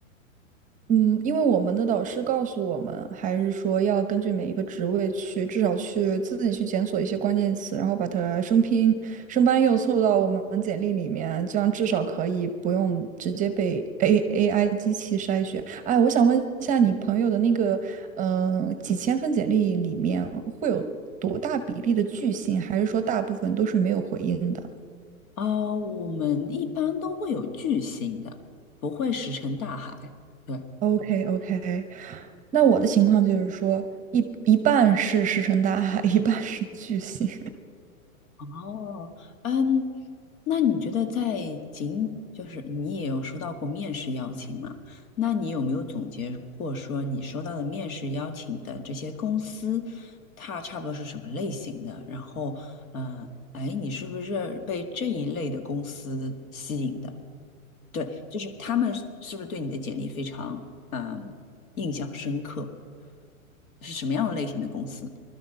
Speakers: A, on the right; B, on the left.
A: 嗯，因为我们的导师告诉我们，还是说要根据每一个职位去，至少去自己去检索一些关键词，然后把它生拼、生搬硬凑到我们简历里面，这样至少可以不用直接被 A AI 机器筛选。哎，我想问一下，你朋友的那个，嗯、几千份简历里面会有多大比例的拒信，还是说大部分都是没有回应的？
B: 啊、我们一般都会有巨星的，不会石沉大海。对。
A: OK OK，那我的情况就是说，一一半是石沉大海，一半是巨星。
B: 哦，嗯，那你觉得在仅就是你也有收到过面试邀请嘛？那你有没有总结过说你收到的面试邀请的这些公司，它差不多是什么类型的？然后，嗯、哎，你是不是被这一类的公司吸引的？对，就是他们是是不是对你的简历非常嗯印象深刻？是什么样的类型的公司？